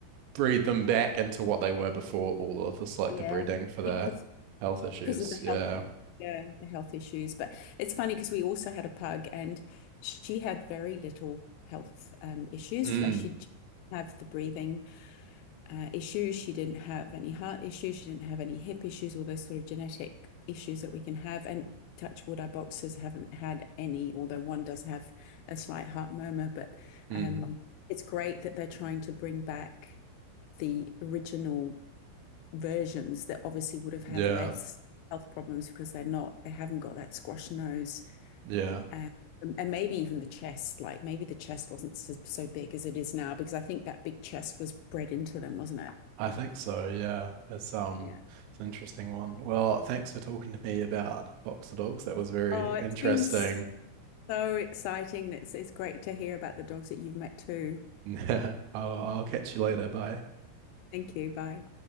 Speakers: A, on the right (about 85°); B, on the left (about 85°).
A: breed them back into what they were before all of the selective
B: yeah,
A: breeding for their
B: because
A: health issues.
B: because of the health.
A: Yeah.
B: Yeah, the health issues. But it's funny because we also had a pug and she had very little health um, issues.
A: Mm,
B: Like she'd have the breathing uh, issues. She didn't have any heart issues. She didn't have any hip issues, all those sort of genetic issues that we can have. And touch wood, our boxers haven't had any, although one does have a slight heart murmur. But
A: mm,
B: um, it's great that they're trying to bring back the original versions that obviously would have had
A: yeah.
B: less health problems because they're not, they haven't got that squash nose.
A: Yeah.
B: Um, and maybe even the chest, like maybe the chest wasn't so, so big as it is now, because I think that big chest was bred into them, wasn't it?
A: I think so, yeah. It's um
B: Yeah.
A: it's an interesting one. Well, thanks for talking to me about Boxer Dogs. That was very
B: Oh, it's
A: interesting.
B: been so
A: <laughs>
B: exciting. and It's it's great to hear about the dogs that you've met too.
A: Yeah. I'll, I'll catch you later. Bye.
B: Thank you. Bye.